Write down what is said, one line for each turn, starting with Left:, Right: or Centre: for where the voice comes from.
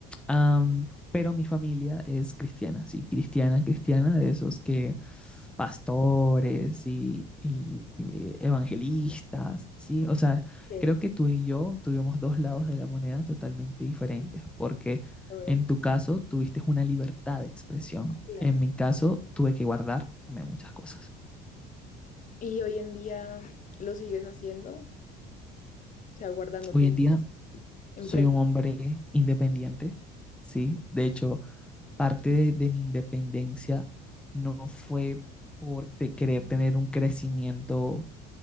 Centre: Am, pero mi familia es cristiana, sí, cristiana, cristiana, de esos que pastores y, y- y evangelistas, sí. O sea,
Left: ok,
Centre: creo que tú y yo tuvimos dos lados de la moneda totalmente diferentes,
Left: sí,
Centre: porque
Left: lo veo.
Centre: en tu caso tuviste una libertad de expresión,
Left: claro.
Centre: en mi caso tuve que guardarme muchas cosas.
Left: ¿Y hoy en día lo sigues haciendo? O sea, guardándote
Centre: Hoy en
Left: muchas
Centre: día
Left: cosas enfrente.
Centre: Soy un hombre
Left: de ti.
Centre: independiente, ¿sí? De hecho, parte de, de mi independencia no fue por te- querer tener un crecimiento